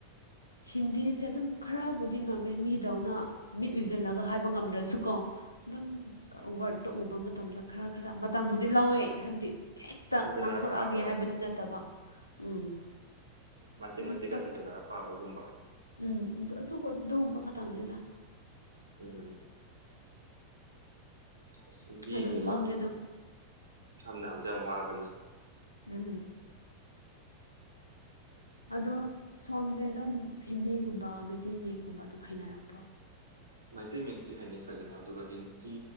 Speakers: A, on the left (about 85°); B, on the right (about 80°).
A: ꯍꯤꯟꯗꯤꯁꯦ ꯑꯗꯨꯝ ꯈꯔꯕꯨꯗꯤ ꯉꯝꯃꯦ ꯃꯤꯗꯧꯅ ꯃꯤꯠ ꯎꯨꯁꯤꯜꯂꯒ ꯍꯥꯏꯕ ꯉꯝꯗ꯭ꯔꯁꯨꯀꯣ ꯑꯗꯨꯝ ꯋꯥꯔꯠꯇ ꯎꯕ ꯃꯇꯝꯗ ꯈꯔ ꯈꯔ ꯃꯇꯝꯕꯨꯗꯤ ꯂꯧꯋꯦ ꯍꯥꯏꯕꯗꯤ ꯍꯦꯛꯇ
B: ꯁꯝꯖꯟꯅꯔꯒ
A: ꯉꯥꯡꯊꯣꯔꯛꯑꯒꯦ
B: ꯄꯥꯕꯗ
A: ꯍꯥꯏꯕꯗꯤ ꯅꯠꯇꯕ ꯎꯝ
B: ꯃꯇꯦꯛ
A: ꯑꯗꯨꯝ
B: ꯃꯇꯦꯛꯀ
A: ꯇꯞ
B: ꯁꯝ ꯁꯣꯟꯟꯅꯔ ꯄꯥꯕꯒꯨꯝꯕ
A: ꯎꯝ ꯑꯗꯨ ꯑꯗꯨ ꯃꯈꯥ ꯇꯪ ꯅꯣꯏꯗ
B: ꯎꯝ ꯑꯁ ꯁꯤꯟꯗꯤꯁꯦ
A: ꯑꯗꯣ ꯁꯣꯝꯗꯤ
B: ꯃꯥ
A: ꯑꯗꯨꯝ
B: ꯁꯝꯅ ꯍꯥꯏꯔꯕꯗ ꯌꯥꯝ ꯋꯥꯕꯅꯤ
A: ꯎꯝ
B: <inaudible>
A: ꯑꯗꯣ ꯁꯣꯝꯗꯤ ꯑꯗꯨꯝ ꯍꯤꯟꯗꯤꯒꯨꯝꯕ ꯃꯩꯇꯩ ꯃꯌꯦꯛꯀꯨꯝꯕ ꯑꯗꯨꯝ ꯍꯩꯅꯔꯛꯄ꯭ꯔꯣ
B: ꯃꯩꯇꯩ ꯃꯛꯇꯤ ꯍꯥꯏꯅꯩ ꯐꯖꯅ ꯑꯗꯨꯒ ꯍꯤꯟꯗꯤ